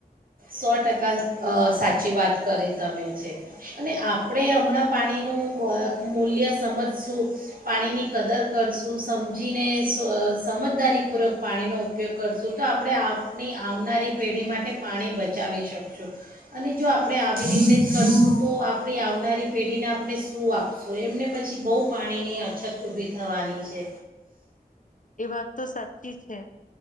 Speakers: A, on the right; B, on the left.
A: સો ટકા અહ સાચી વાત કરી તમે છે અને આપણે હમણાં પાણીનું મૂલ્ય સમજ શું પાણીની કદર કરશું, સમજીને સમજદારીપૂર્વક પાણીનો ઉપયોગ કરશું, તો આપડે આપની આવનારી પેઢી માટે માટે પાણી બચાવ બચાવી શકશું અને જો આપડે આવી રીતેજ કરશું તો આપડી આવનારી પેઢીને આપડે શું આપશું, એમને પછી બહુ પાણીની અછત ઊભી થવાની છે.
B: એ વાત તો સાચી છે.